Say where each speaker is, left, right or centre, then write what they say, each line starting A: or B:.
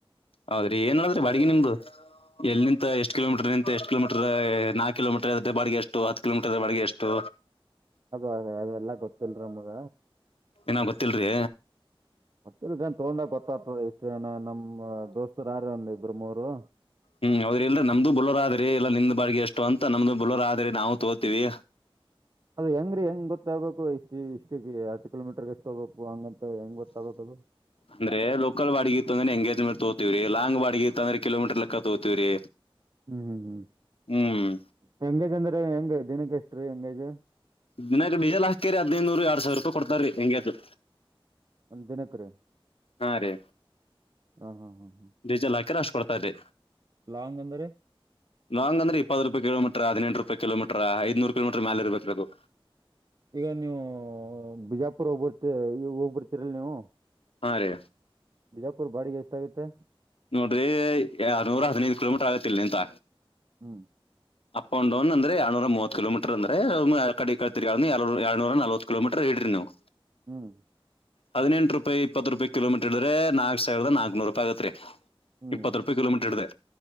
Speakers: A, on the left; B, on the right.
A: ಹೌದ್ರಿ ಏನ್ ಮಾಡದ್ರಿ ಬಾಡಗಿ ನಿಮ್ದು ಎಲ್ಲಿಂತ ಎಷ್ಟ ಕಿಲೋಮೀಟರ್ ನಿಂತ್ ಎಷ್ಟ ಕಿಲೋಮೀಟರ್ ನಾಕ್ ಕಿಲೋಮೀಟ್ರ್ ಆದ್ರ ಬಾಡ್ಗೆ ಎಷ್ಟು ಹತ್ತು ಕಿಲೋಮೀಟ್ರ್ ಆದ್ರ ಬಾಡ್ಗೆ ಎಷ್ಟು
B: ಅದು ಅದೇ ಅದೆಲ್ಲಾ ಗೊತ್ತಿಲ್ರಿ ನಮ್ಗ
A: ಇನ್ನಾ ಗೊತ್ತಿಲ್ರಿ
B: ಗೊತ್ತಿಲ್ಲ ರೀ ತೊಗೊಂಡಾಗ್ ಗೊತ್ತಾಗ್ತದ ಎಷ್ಟ ಏನ ನಮ್ಮ ದೋಸ್ತರು ಯಾರ ಒಂದ್ ಇಬ್ಬರ ಮೂರು
A: ಹ್ಮ್ ಅವದ ಇಲ್ಲರಿ ನಮ್ದು ಬುಲೂರ್ ಆದರೀ ಇಲ್ಲ ನಿಮ್ ಬಾಡ್ಗಿ ಎಷ್ಟು ಅಂತ ನಮ್ದು ಬುಲೂರ್ ಆದ್ರಿ ನಾವು ತೋತೀವಿ
B: ಅದ ಹೆಂಗ್ರೀ ಹೆಂಗ್ ಗೊತ್ತಾಗ್ಬೇಕು ಇಷ್ಟ್ ಇಷ್ಟ ಹತ್ತು ಕಿಲೋಮೀಟರ್ಗೆ ಎಷ್ಟ್ ತಗೂಬೇಕು ಹಂಗಂತ ಹೆಂಗ್ ಗೊತ್ತಾಗ್ಬೇಕ್ ಅದು
A: ಅಂದ್ರೆ ಲೋಕಲ್ ಬಾಡಿಗಿ ಇತ್ತು ಅಂದ್ರೆ ಎಂಗೇಜ್ ಮ್ಯಾಗ ತೋಗೋತೀವಿರೀ ಲಾಂಗ್ ಬಾಡಿಗ ಇತ್ತಂದ್ರ ಕಿಲೋಮೀಟರ್ ಲೆಕ್ಕ ತೋಗೋತೀವ್ರಿ
B: ಹ್ಮ್ ಹ್ಮ್ ಹ್ಮ್
A: ಹ್ಮ್
B: ಹೆಂಗೇಜ್ ಅಂದ್ರೆ ಹೆಂಗ ದಿನಕ್ಕ ಎಷ್ಟ್ ರೀ ಹೆಂಗೇಜ್
A: ದಿನಕ್ಕ ಡೀಸೆಲ್ ಹಾಕ್ತಿರ ಅದುನ್ನು <unintelligible> ಎರಡ್ ಸಾವ್ರುಪಾಯ್ ಕೊಡ್ತ ರೀ ಹೆಂಗೆ <unintelligible>
B: ಒಂದ್ ದಿನಕ್ ರೀ
A: ಹಾ ರೀ
B: ಹಾಂ ಹಾಂ ಹಾಂ ಹಾಂ
A: ಡೀಸೆಲ್ ಹಾಕಿರ ಅಷ್ಟ್ ಕೊಡ್ತಾರೀ
B: ಲಾಂಗ್ ಅಂದರ
A: ಲಾಂಗ್ ಅಂದ್ರ ಇಪ್ಪತ್ ರೂಪಾಯಿ ಕೀಲೋಮೀಟರ್ ಹದಿನೆಂಟ್ ರೂಪಾಯ್ ಕಿಲೋಮೀಟ್ರ ಐದ್ ನೂರ್ ಕಿಲೋಮೀಟ್ರು ಮ್ಯಾಲ್ ಇರಬೇಕರೀ ಅದು
B: ಈಗ ನೀವೂ ಬಿಜಾಪುರ್ ಹೋಗ್ಬರ್ತಿರ್ ಹೋಗ್ಬಿರ್ತೀರಿಲ್ ನೀವು
A: ಹಾ ರೀ
B: ಬಿಜಾಪುರ್ ಬಾಡಿಗೆ ಎಷ್ಟಾಗುತ್ತೆ
A: ನೋಡ್ರಿ ಆ ನೂರ ಹದಿನೈದ ಕಿಲೋಮೀಟ್ರ್ ಆಗುತ್ತ ಇಲ್ ನಿಂತ
B: ಹ್ಮ್
A: ಅಪ್ ಅಂಡ್ ಡೌನ್ ಅಂದ್ರೆ ಎರಡ ನೂರ ಮೂವತ್ ಕಿಲೋಮೀಟ್ರ್ ಅಂದ್ರೆ ಮಾ ಆಕಡಿ ಈಕಡಿ ತಿರ್ಗಾಡಿ ಎರಡ ನೂರ ಎರಡು ನೂರ ನಲವತ್ ಕಿಲೋಮೀಟ್ರ್ ಹಿಡಿರಿ ನೀವು
B: ಹ್ಮ್
A: ಹದಿನೆಂಟ್ ರುಪಾಯಿ ಇಪ್ಪತ್ತ ರೂಪಾಯ್ ಕಿಲೋಮೀಟ್ರು ಹಿಡದ್ರೆ ನಾಕ್ ಸಾವಿರದ ನಾಕ್ನೂರೂಪಾಯಿ ಆಗತ್ರಿ
B: ಹ್ಮ್
A: ಇಪ್ಪತ್ತ ರೂಪಾಯಿ ಕಿಲೋಮೀಟ್ರ್ ಹಿಡ್ದೆ